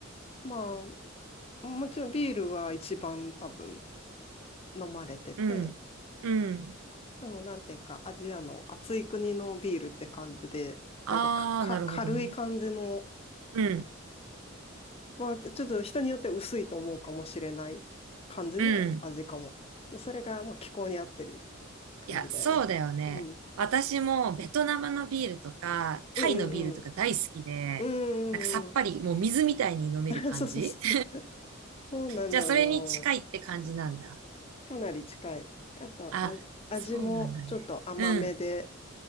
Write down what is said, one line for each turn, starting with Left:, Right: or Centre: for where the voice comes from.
Left: まあ、もちろんビールは一番多分飲まれてて、
Right: うん、うん。
Left: でもなんていうか、アジアの暑い国のビールって感じで、
Right: あー、
Left: なんか、か、か軽い感じの、
Right: なるほどね。うん、
Left: まあ、ちょっと人によって薄いと思うかもしれない感じの味かも。
Right: うん。
Left: でそれが、まあ、気候に合ってる感じだよね。
Right: いや、そうだよね。
Left: うん。
Right: 私もベトナムのビールとか、タイのビールとか大好きで、
Left: うんうんうん。うんうんうん。
Right: なんかさっぱり、もう水みたいに飲める感じ
Left: <laughs> そうそうそう。
Right: <laughs>
Left: そうなのよ。
Right: じゃあ、それに近いって感じなんだ。
Left: かなり近い。あと、
Right: あ、
Left: あ、味もちょっと甘めで、
Right: そうなんだね。うん。